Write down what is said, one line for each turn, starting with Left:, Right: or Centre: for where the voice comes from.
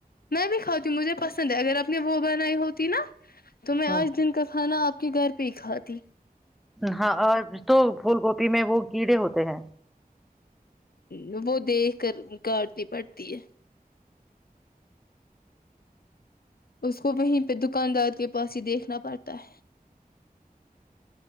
Left: میں بھی کھاتی ہوں مجھے پسند ہے اگر آپ نے وہ بنائی ہوتی نا تو میں
Centre: ہ
Left: آج دن کا کھانا آپ کہ گھر پہ ہی کھ تی
Centre: ہاں اور تو پھول گوپی میں وہ کیڑے ہوتے ہیں
Left: ہ وہ دیکھ کر کاٹنی پڑتی ہے اس کو وہیں پہ دکاندار کے پاس ہی دیکھنا پڑتا ہے